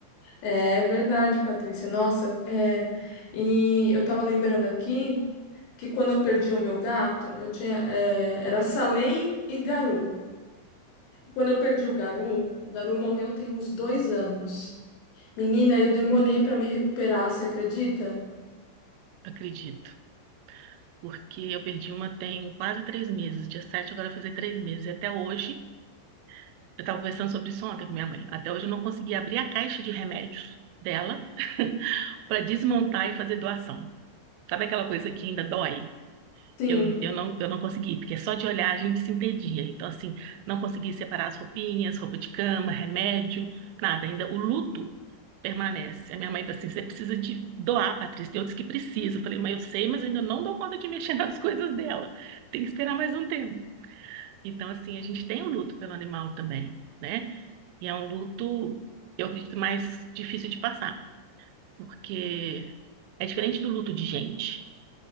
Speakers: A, on the left (about 70°); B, on the right (about 90°).
A: é verdade, Patrícia. Nossa, é. E eu tava lembrando aqui que quando eu perdi o meu gato, eu tinha, é, era Salem e Garu. Quando eu perdi o Garu, o Garu morreu tem uns dois anos. Menina, eu demorei para me recuperar, você acredita?
B: Acredito. porque eu perdi uma tem quase três meses. Dia 7 agora vai fazer três meses. E até hoje, eu estava conversando sobre isso ontem com minha mãe. Até hoje eu não consegui abrir a caixa de remédios dela <laughs> para desmontar e fazer doação. Sabe aquela coisa que ainda dói?
A: Sim,
B: Eu, eu não, eu não consegui, porque só de olhar a gente se entendia. Então, assim, não consegui separar as roupinhas, roupa de cama, remédio, nada. Ainda o luto permanece. A minha mãe falou assim: você precisa de doar, Patrícia. Tem outros que precisam. Eu falei, mãe, eu sei, mas eu ainda não dou conta de mexer <laughs> nas coisas dela. Tem que esperar mais um tempo. Então, assim, a gente tem um luto pelo animal também, né? E é um luto, eu acredito, mais difícil de passar, porque é diferente do luto de gente.